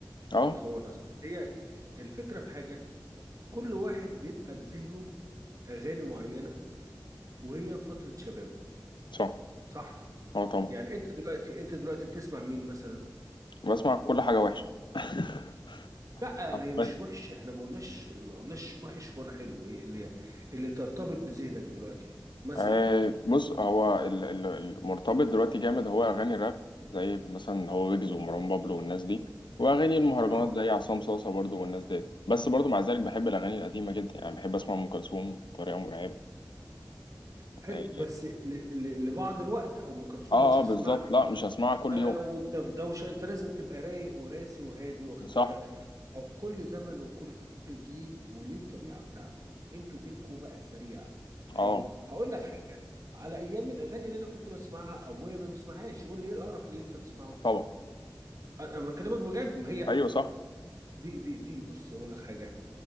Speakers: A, on the left; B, on the right.
A: أه
B: بتتوارث بس هي الفكرة في حاجة كل واحد بيبقى في ذهنه أغاني معينة وهي فترة شبابه
A: صح
B: صح
A: أه طبعا
B: يعني أنت دلوقتي أنت دلوقتي بتسمع مين مثلا
A: بسمع كل حاجة وحشة <laughs>
B: لا
A: حرفياً.
B: هي مش وحشة احنا ما قلناش ما قلناش وحش ولا حلو ايه اللي اللي ترتبط بذهنك دلوقتي مثلا
A: آه بص هو ال- ال- المرتبط دلوقتي جامد هو أغاني الراب زي مثلا هو ويجز ومروان بابلو والناس دي وأغاني المهرجانات
B: اه
A: زي عصام صاصة برضو والناس دي بس برضو مع ذلك بحب الأغاني القديمة جدا يعني بحب أسمع أم كلثوم بطريقة مرعبة
B: حلو
A: آه
B: بس ل... ل... لبعض الوقت او ام كلثوم
A: آه
B: ما تسمعها
A: آه، بالظبط لا مش هسمعها كل
B: آه
A: يوم
B: وانت في دوشه انت لازم تبقى رايق وراسي وهادي واخد
A: صح
B: بالك هو كل زمن وكل جيل وليه الطبيعه بتاعته انتوا جيلكوا بقى سريع حلو
A: اه
B: هقول لك حاجه على ايام الاغاني اللي انا كنت بسمعها ابويا ما بيسمعهاش يقول لي ايه القرف اللي انت بتسمعه ده
A: طبعا
B: انا أنا بكلمك بجد ما هي
A: ايوه صح
B: دي دي دي بص اقول لك حاجه